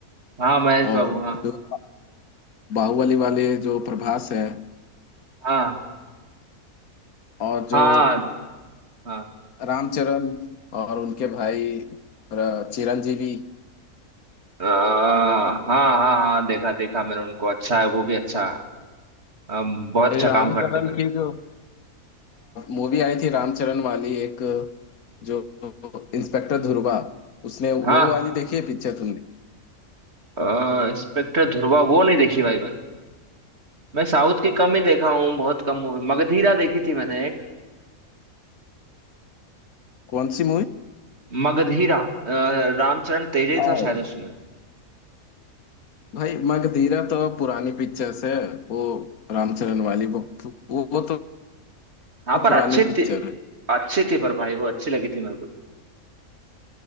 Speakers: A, on the right; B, on the left.
A: हाँ महेश
B: और
A: बाबू हाँ
B: जो बाहुबली वाले जो प्रभास है
A: हाँ
B: और जो
A: हाँ हाँ
B: रामचरण और उनके भाई र- चिरंजीवी
A: अ, हाँ हाँ हाँ देखा देखा मैंने उनको अच्छा है वो भी अच्छा अम, बहुत
B: ये
A: अच्छा
B: रामचरण
A: काम करते भाई
B: की जो मूवी आई थी रामचरण वाली एक जो इंस्पेक्टर ध्रुवा उसने
A: हाँ
B: वो वाली देखी है पिक्चर तुमने
A: अ, इंस्पेक्टर ध्रुवा वो नहीं देखी भाई मैंने मैं साउथ की कम ही देखा हूँ बहुत कम मूवी मगधीरा देखी थी मैंने एक
B: कौन सी
A: मगधीरा अ, रामचरण तेजे
B: मूवी
A: था शायद उसमें
B: भाई मगधीरा तो पुरानी पिक्चर्स है वो रामचरण वाली वो वो, वो तो
A: हाँ पर
B: पुरानी
A: अच्छी
B: पिक्चर
A: थी
B: है
A: अच्छी थी पर भाई वो अच्छी लगी थी मेरे को